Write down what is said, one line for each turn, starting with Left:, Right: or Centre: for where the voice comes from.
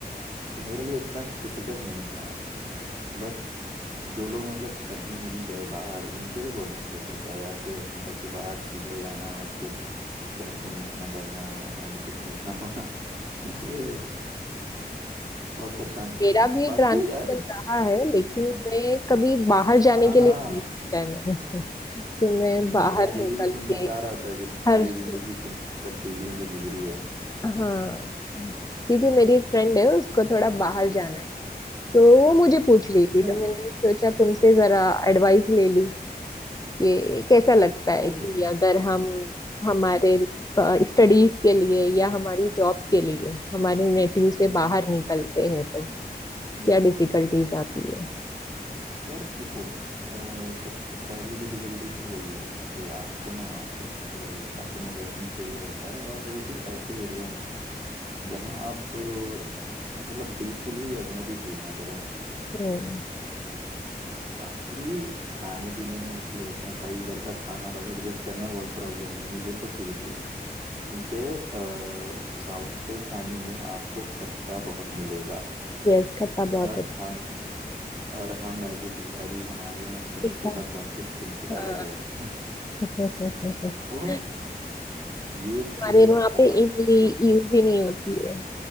Right: तो मेरे लिए उतना डिफिकल्ट नहीं था बट जो लोग मतलब कभी नहीं गए बाहर उनके लिए बहुत डिफिकल्ट होता है यार के घर से बाहर सीधे जाना और फिर घर को मिस ना करना होम सिकनेस ना होना <laughs> ये बहुत परेशान कौन
Left: मेरा
Right: है
Left: भी
Right: बाकी
Left: ट्रांजिशन
Right: यार
Left: रहा है
Right: हम्म,
Left: लेकिन मैं कभी बाहर जाने
Right: हाँ
Left: के
Right: हाँ
Left: लिए नहीं सोचा है मैंने <laughs> कि मैं
Right: हम्म,
Left: बाहर
Right: मैं यही
Left: निकल
Right: तो सुनना
Left: के
Right: चाह रहा था कि
Left: घर
Right: तुम्हारी
Left: छोड़
Right: जिंदगी किन तब्दीलियों से गुजरी है
Left: हाँ
Right: <laughs>
Left: क्योंकि मेरी एक फ्रेंड है उसको थोड़ा बाहर जाना है तो वो मुझे पूछ रही
Right: अच्छा
Left: थी तो मैंने सोचा तुमसे जरा एडवाइस ले लूं कि कैसा लगता
Right: ओ
Left: है कि अगर हम हमारे स्टडीज के लिए या हमारी जॉब के लिए हमारे नेटिव से
Right: हम्म
Left: बाहर निकलते हैं तो
Right: हम्म।
Left: क्या डिफिकल्टीज आती है
Right: यार देखो अ, सबसे पहली डिफिकल्टी तो वही है कि आपको ना एक अकोमोडेशन चाहिए होता है और वो भी ऐसे एरिया में जहां आप अ, मतलब बिल्कुल ही अजनबी फील ना करें
Left: हम्म
Right: बाकी खाने पीने में मसले होते हैं भाई उधर का खाना भाई एडजस्ट करने में बहुत प्रॉब्लम हुई मुझे तो सीरियसली क्योंकि अ, साउथ के खाने में आपको खट्टा बहुत मिलेगा
Left: यस खट्टा बहुत
Right: और
Left: है
Right: हम और हम एज ए बिहारी हमारे यहाँ खट्टे
Left: तीखा
Right: का कॉन्सेप्ट बिल्कुल
Left: हाँ
Right: अलग है <laughs>
Left: <laughs>
Right: तो ये
Left: हमारे
Right: चीज
Left: वहाँ
Right: बहुत
Left: पे इमली
Right: खली
Left: यूज ही नहीं होती है